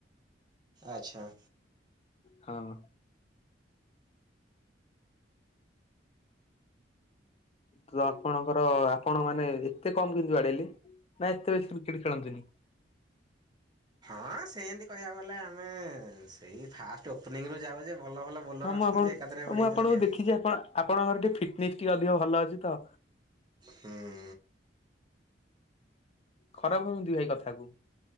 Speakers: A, on the right; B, on the left.
A: ଆଚ୍ଛା।
B: ହଁ। ତ ଆପଣଙ୍କର ଆପଣ ମାନେ ଏତେ କମ କିନ୍ତି ବାଡେଇଲେ? ନା ଏତେ ବେଶ କ୍ରିକେଟ ଖେଳନ୍ତିନି।
A: ହଁ ସେମିତି କହିବାକୁ ଗଲେ ଆମେ ସେଇ ଫାଷ୍ଟ ଓପନିଂ ରୁ ଯାଉ ଯେ ଭଲ ଭଲ ବୋଲର
B: ହଁ ମୁଁ
A: ଆସନ୍ତି
B: ଆପଣ
A: ଏକାଧରେ ଓଡେଇ
B: ମୁଁ ଆପଣଙ୍କୁ
A: ଦନ୍ତି ଆଉ।
B: ଦେଖିଛି ଆପଣ ଆପଣଙ୍କର ଟିକେ ଫିଟନେସ୍ ଟିକେ ଅଧିକ ଭଲ ଅଛି ତ
A: ହୁଁ।
B: ଖରାପ ଭାବୁଥିଲେ ଭାଇ କଥା କୁ